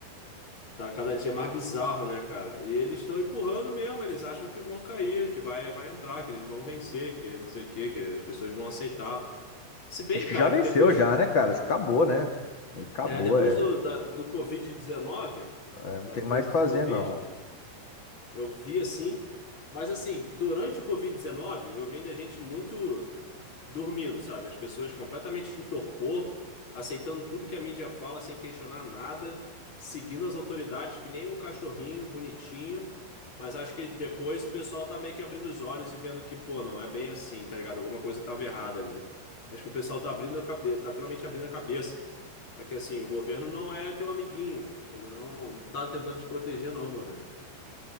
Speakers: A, on the left; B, on the left.
A: Tá cada dia mais bizarro, né, cara? E eles estão empurrando mesmo, eles acham que vão cair, que vai, vai entrar, que eles vão vencer, que não sei o quê, que as pessoas vão aceitar. Se bem,
B: Acho que
A: cara,
B: já venceu
A: que depois,
B: já, né, cara? Acho que acabou, né? Meio que Acabou,
A: é, depois
B: é.
A: do, da, do Covid-19,
B: É, Não
A: da
B: tem
A: crise
B: mais o que fazer,
A: do Covid,
B: não.
A: eu vi assim. Mas assim, durante o Covid-19, eu vi ainda gente muito. dormindo, sabe? As pessoas completamente em torpor, aceitando tudo que a mídia fala sem questionar nada, seguindo as autoridades que nem um cachorrinho bonitinho. Mas acho que depois o pessoal tá meio que abrindo os olhos e vendo que, pô, não é bem assim, tá ligado? Alguma coisa tava errada ali. Acho que o pessoal tá abrindo a cabeça, tá finalmente abrindo a cabeça. Porque assim, o governo não é teu amiguinho. Ele não tá tentando te proteger, não, meu bem.